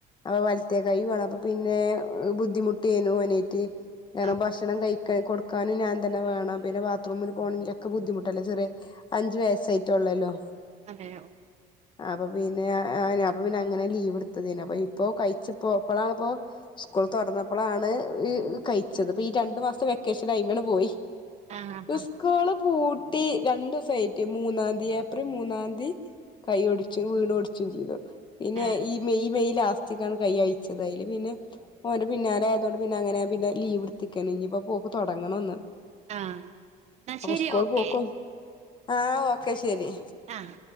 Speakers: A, on the left (about 25°); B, on the right (about 40°).
A: അപ്പൊ വലത്തെ കൈയ്യും ആണ് അപ്പൊ പിന്നെ ബുദ്ധിമുട്ടേനു പോവാനേറ്റ് കാരണം
B: ആഹ് ആഹ്
A: ഭക്ഷണം കഴി ക്കാൻ കൊടുക്കാനും ഞാൻ തന്നെ വേണം പിന്നെ ബാത്റൂമില് പോണെങ്കിലൊക്കെ ബുദ്ധിമുട്ടല്ലേ ചെറിയ അഞ്ചു വയസായിട്ടുള്ളല്ലോ
B: അതെയോ
A: അപ്പൊ പിന്നെ ആ ഞാന് അപ്പോ പ്പോ പിന്നെ അങ്ങനെ ലീവ് എടുത്തതേനു അപ്പൊ ഇപ്പോ കഴിച്ചു പോപ്പഴാണ് ഇപ്പോ സ്കൂൾ തൊറന്നപ്പഴാണ് കഴിച്ചത് അപ്പൊ ഈ രണ്ടു മാസത്തെ വെക്കേഷൻ അയിമെട് പോയി
B: ആഹ് ആഹ് ആഹ്
A: സ്കൂള് പൂട്ടി രണ്ട് ദിവസായിട്ട് മൂന്നാംതി ഏപ്രിൽ മൂന്നാന്തി കൈ ഒടിച്ചു വീണ് ഒടിച്ചും ചെയ്തു പിന്നെ
B: ആഹ്
A: ഈ മെയ് മെയ് ലാസ്റ്റക്കാണ് കൈ അയ് ച്ചത് അയില് പിന്നെ ഓന്റെ പിന്നാലെ ആയതോണ്ട് പിന്നെ അങ്ങനെ പിന്നെ ലീവ് ഇടുത്തിക്കേണ് ഇഞ്പ്പോ പോക്ക് തൊടങ്ങണൊന്ന്
B: ആഹ് എന്നാ
A: അപ്പൊ
B: ശരി
A: സ്കൂള്
B: ഓക്കെ
A: പോക്കും ആഹ് ഓക്കെ ശരി
B: ആഹ്